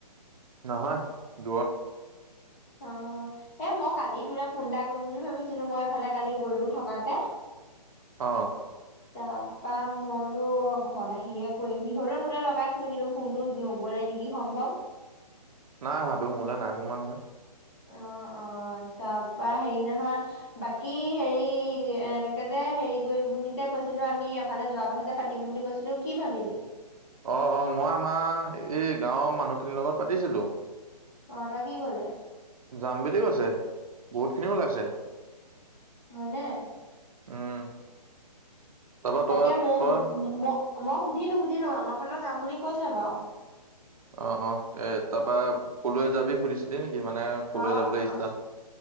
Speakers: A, on the right (about 55°); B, on the left (about 25°).
A: নহয়, দূৰত
B: আহ এ মই কালি তো ফোন এটা কৰিম বুলি ভাবিছিলো মই এফালে কালি গলো থকাকে।
A: অ।
B: তাৰপা মইলো ঘৰত আহিয়ে কৰিম, সিহৰো তোতে লগাইছিলো কিন্তু ফোনটো নগলে নেকি সম্ভৱ।
A: নাই। সাধু মোলৈ নাই সোমোৱা নহয়।
B: অ, অ, তাৰ পৰা হেৰি নহয়, বাকী হেৰি এনেকে যে হেৰি কৰিম বুলি যে কৈছিলো আমি, এফালে যোৱা কথা যে পাতিম বুলি কৈছিলো কি ভাবিলি?
A: অ, অ, মই আমাৰ এই গাঁৱৰ মানুহ খিনিৰ লগত পাতিছিলো।
B: <unintelligible> কি ক'লে?
A: যাম বুলিও কৈছে, বহুত খিনিও ওলাইছে।
B: হয়নে?
A: উম তাৰপা
B: তাকে
A: তই
B: মও,
A: তই
B: ' ম, মই সুধিলো -সুধিলো আমাৰ ফালেও যাম বুলি কৈছে বাৰু।
A: অ, অ, এ', তাৰপা কলৈ যাবি সুধিছিলি নেকি? মানে কলৈ
B: অহ,
A: যাবলৈ ইচ্ছা